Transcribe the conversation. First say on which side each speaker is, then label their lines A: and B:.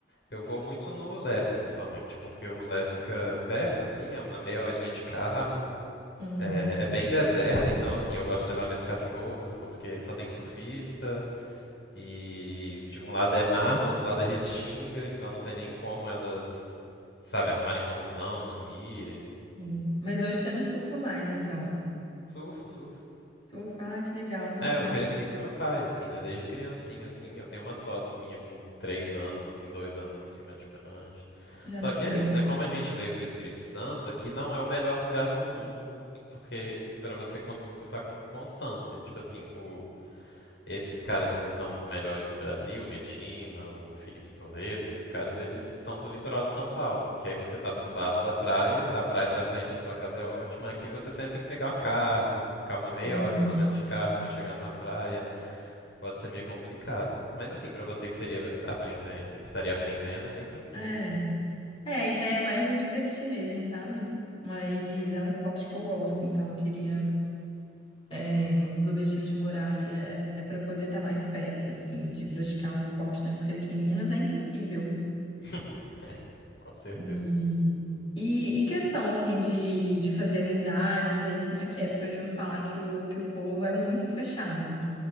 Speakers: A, on the left; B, on the left.
A: Eu vou muito no Ulé, principalmente, porque o Ulé fica perto, assim, é uma meia horinha de carro.
B: Uhum.
A: É, é bem deserta, então, assim, eu gosto de levar minhas cachorras, porque só tem surfista. E de um lado é mar, do outro lado é restinga, então não tem nem como elas, sabe, arrumarem confusão, sumirem.
B: Sim. Mas hoje você não surfa mais, então.
A: Surfo, surfo.
B: Surfa, ai, que legal.
A: É,
B: Nossa,
A: eu cresci com meu pai, assim, né? Desde criancinha, assim, eu tenho umas fotos minha com três anos, assim, dois anos em cima de prancha.
B: já
A: Só
B: na
A: que
B: prancha.
A: é isso, né? Como a gente veio pro Espírito Santo, aqui não é o melhor lugar do mundo, porque para você conseguir surfar com constância. Tipo assim, o, esses caras que são os melhores do Brasil, o Medina, o Felipe Toledo, esses caras, eles são do litoral de São Paulo, que aí você tá do lado da praia, a praia da frente da sua casa é ótima, aqui você sempre tem que pegar um carro, ficar uma meia
B: Uhum.
A: hora pelo menos de carro para chegar numa praia, pode ser meio complicado. Mas assim, para você que seria aprendendo, estaria aprendendo, é bem tranquilo.
B: É. É, a ideia é mais me divertir mesmo, sabe? Mas
A: Uhum.
B: é um esporte que eu gosto, então eu queria. É, um dos objetivos de morar aí é, é, para poder estar mais perto, assim, de praticar o esporte, né? Porque aqui em Minas é impossível.
A: <laughs> é, com certeza.
B: E, e, e questão, assim, de, de fazer amizades aí, como é que é? Porque eu já ouvi falar que o, que o povo é muito fechado.